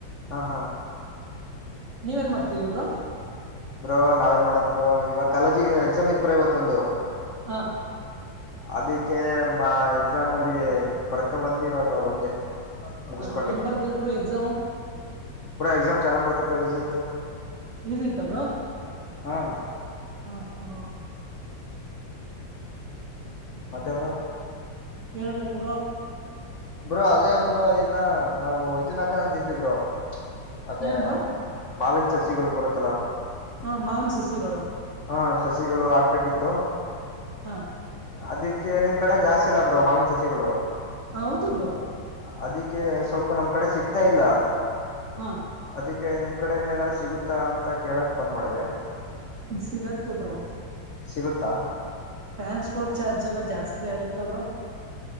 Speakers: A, on the left (about 50°); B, on the right (about 50°).
A: ಹಾ ಹಾ
B: ನೀವ ಏನ್ ಮಾಡ್ತೀತ್ತಿದೀರಾ ಬ್ರೋ.
A: ಬ್ರೋ ನಾವೆನ್ ಮಾಡನ್ ಬ್ರೋ ಇವಾಗ ಕಾಲೇಜಿಗ ಎಕ್ಸಾಮ್ ಇತ್ ಬ್ರ ಇವತ್ತೊಂದು.
B: ಹಾ
A: ಅದಕ್ಕೆ ಎಕ್ಸಾಮ್ ಅಲ್ಲಿ ಬರ್ಕೊ ಬಂದ ಇವಾಗ ಬಂದೆ. ಮುಗಿಸ್ಕೊಂಡಿ
B: ಹಾ ಹೆಂಗ್ ಬರ್ದಿರ ಬ್ರೋ ಎಕ್ಸಾಮು.
A: ಬ್ರೋ ಎಕ್ಸಾಮ್ ಚೆನ್ನಾಗಿ ಬರ್ದೇ ಈಜಿ ಇತ್ತು
B: ಈಸಿ ಇತ್ತ ಬ್ರೋ
A: ಹಾ.
B: ಹಾ ಹಾ
A: ಮತ್ತೆ ಬ್ರೋ.
B: ಹೇಳ್ಬೇಕು ಬ್ರೋ.
A: ಬ್ರೋ ಅದೇ ಬ್ರೋ ಈಗ ನಾವು ಇದುನಕ ಅಂತಿದ್ವಿ ಬ್ರೋ. ಅದೇ
B: ಏನ್ ಬ್ರೋ
A: ಮಾವಿನ ಸಸಿಗಳು ಬರುತ್ತಲಾ.
B: ಹ ಮಾವನ್ ಸಸಿಗಳು.
A: ಹಾ ಸಸಿಗಳು ಆಗ್ಬೇಕಿತ್ತು.
B: ಹಾ
A: ಅದಿಕ್ಕೆ ನಿಮ್ ಕಡೆ ಜಾಸ್ತಿ ಅಲ್ಲ ಬ್ರೋ ಮಾವಿನ ಸಸಿಗಳು.
B: ಹೌದು ಬ್ರೋ.
A: ಅದಕ್ಕೆ ಸ್ವಲ್ಪ ನಮ್ ಕಡೆ ಸಿಗ್ತಾ ಇಲ್ಲ.
B: ಹಾ
A: ಅದಿಕ್ಕೆ ನಿಮ್ ಕಡೆಯಿಂದ ಏನಾರ ಸಿಗುತ್ತಾ ಅಂತ ಕೇಳಕ್ ಫೋನ್ ಮಾಡದೇ.
B: ಸಿಗತ್ ಬ್ರೋ.
A: ಸಿಗುತ್ತಾ.
B: ಟ್ರಾನ್ಸ್ಪೋರ್ಟ್ ಚಾರ್ಜ್ ಎಲ್ಲಾ ಜಾಸ್ತಿ ಆಗತ್ತಾ ಬ್ರೋ.